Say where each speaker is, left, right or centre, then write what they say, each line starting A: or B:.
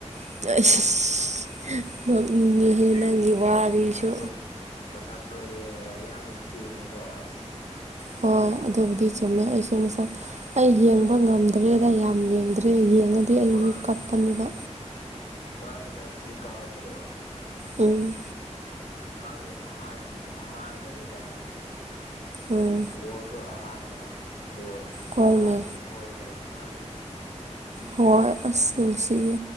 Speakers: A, on the right; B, on the left.
A: <unintelligible>
B: ꯑꯁꯦꯕꯅꯦ
A: ꯅꯪꯒꯤ ꯋꯥꯔꯤꯁꯨ
B: ꯑꯁ ꯃꯁꯛꯇꯣ ꯃꯁꯛ ꯇꯣ ꯌꯦꯡꯉꯒ ꯌꯥꯝ ꯅꯨꯡꯁꯤꯕꯅꯤꯀꯣ ꯑꯁ
A: ꯍꯣꯏ ꯑꯗꯨꯕꯨꯗꯤ ꯆꯨꯝꯃꯦ ꯑꯩꯁꯨ ꯃꯁꯛ ꯑꯩ ꯌꯦꯡꯕ ꯉꯝꯗ꯭ꯔꯦꯗ ꯌꯥꯝ ꯌꯦꯡꯗ꯭ꯔꯦ ꯌꯦꯡꯉꯗꯤ ꯑꯩꯖꯨ
B: ꯃꯥ
A: ꯀꯞꯄꯅꯦꯕ
B: ꯃꯥ ꯄꯅꯥꯜꯇꯤ ꯀꯥꯞꯄꯗꯣ
A: ꯎꯝ
B: ꯃꯥꯒꯤ ꯑꯍꯥꯟ ꯑꯍꯥꯟꯕꯅꯦꯕ
A: ꯎꯝ
B: ꯒꯣꯜꯁꯨ ꯑꯍꯥꯟꯕ ꯑꯗꯨ
A: ꯍꯣꯏꯅꯦ
B: ꯂꯥꯁꯇꯤ ꯑꯣꯏꯈꯔꯦ ꯃꯥꯒꯤ
A: ꯍꯣꯏ ꯑꯁ ꯅꯨꯡꯁꯤꯌꯦ